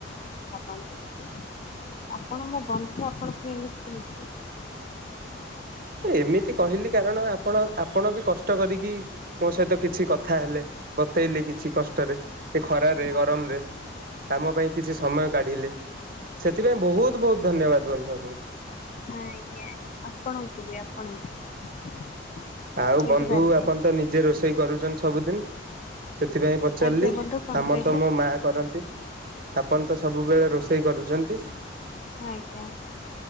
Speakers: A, on the left (about 35°); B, on the right (about 50°).
A: ଭାବନ୍ତୁ ଆପଣ ମୋ ବନ୍ଧୁ ଆପଣଙ୍କୁ ଏମିତି କେମତି
B: ଏମିତି କହିଲି କାରଣ ଆପଣ ଆପଣ ବି କଷ୍ଟ କରିକି ମୋ ସହିତ କିଛି କଥା ହେଲେ ବତେଇଲେ କିଛି କଷ୍ଟରେ। ସେ ଖରାରେ
A: ଆଜ୍ଞା
B: ଗରମ ରେ। ଆମ ପାଇଁ କିଛି ସମୟ କାଢିଲେ ସେଥିପାଇଁ ବହୁତ ବହୁତ ଧନ୍ୟବାଦ ବନ୍ଧୁ ଆପଣଙ୍କୁ।
A: ହଁ ଆଜ୍ଞା ଆପଣଙ୍କୁ ବି ଆପଣଙ୍କୁ।
B: ଆଉ ବନ୍ଧୁ
A: ବୁଝିପାରିଲେ
B: ଆପଣ ତ ନିଜେ ରୋଷେଇ କରୁଛନ୍ତି ସବୁଦିନ? ସେଥିପାଇଁ ପଚାରିଲି।
A: ଆଜ୍ଞା ବନ୍ଧୁ କଣ
B: ଆମର
A: କହିଲେ
B: ତ ମୋ ମା କରନ୍ତି। ଆପଣ ତ ସବୁବେଳେ ରୋଷେଇ କରୁଛନ୍ତି।
A: ହଁ ଆଜ୍ଞା